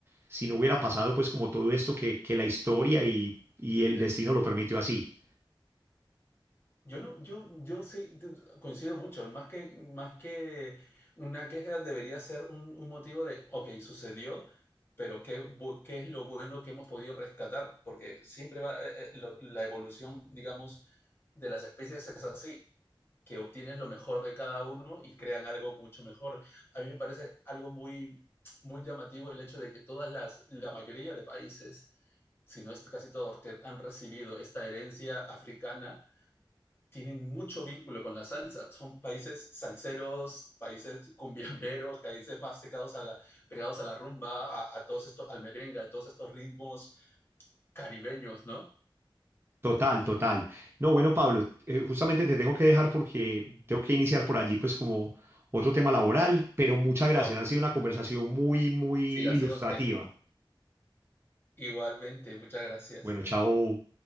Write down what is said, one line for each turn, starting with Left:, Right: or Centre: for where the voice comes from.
Right: si no hubiera pasado pues como todo esto que, que la historia y, y
Left: Sí.
Right: el destino lo permitió así.
Left: Yo no, yo, yo sí t- coincido mucho. Más que, más que una queja debería ser un, un motivo de, ok, sucedió, pero ¿qué, bu- qué es lo bueno que hemos podido rescatar? Porque siempre va, eh, eh, lo- la evolución, digamos, de las especies es así, que obtienes lo mejor de cada uno y crean algo mucho mejor. A mí me parece algo muy, muy llamativo el hecho de que todas las, la mayoría de países si no es casi todos, que han recibido esta herencia africana, tienen mucho vínculo con la salsa. Son países salseros, países cumbiamberos, países más pegados a la, pegados a la rumba, a, a todos estos, al merengue, a todos estos ritmos caribeños, ¿no?
Right: Total, total. No, bueno, Pablo, eh, justamente te tengo que dejar porque
Left: Mm.
Right: tengo que iniciar por allí pues como otro tema laboral, pero muchas gracias.
Left: Oh,
Right: Ha sido una conversación muy, muy ilustrativa.
Left: siga, siga usted. Igualmente, muchas gracias.
Right: Bueno, chao.